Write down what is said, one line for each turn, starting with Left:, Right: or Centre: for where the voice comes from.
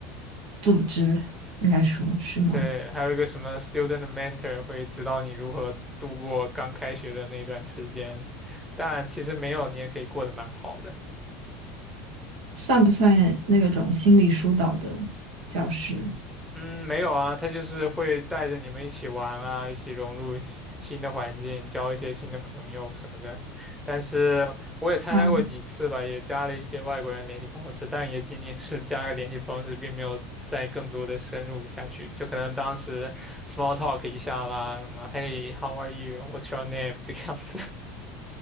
Right: 组织，应该说是吗？
Centre: 对还有一个什么 student mentor 会指导你如何度过刚开学的那段时间，但其实没有，你也可以过得蛮好的。
Right: 算不算那种心理疏导的教师？
Centre: 嗯，没有啊，他就是会带着你们一起玩啊，一起融入新新的环境，交一些新的朋友什么的。但是我也参加过几次吧，
Right: 嗯，
Centre: 也加了一些外国人联系方式，但也仅仅是加个联系方式，并没有再更多的深入下去。就可能当时 small talk 一下啦，什么 Hey，how are you？What's your name？<laughs> 这个样子。